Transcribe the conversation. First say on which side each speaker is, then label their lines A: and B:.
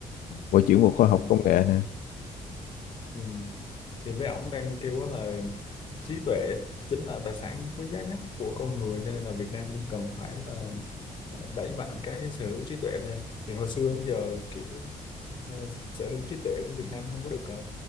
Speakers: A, on the left (about 75°); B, on the left (about 35°).
A: Bộ trưởng Bộ Khoa
B: ừ,
A: học Công nghệ nè
B: ừ. thì mấy ông đang kêu á là trí tuệ chính là tài sản quý giá nhất của con người cho nên là Việt Nam cần phải là đẩy mạnh cái sở hữu trí tuệ lên thì hồi xưa đến giờ kiểu ờ, sở hữu trí tuệ của Việt Nam không có được ờ,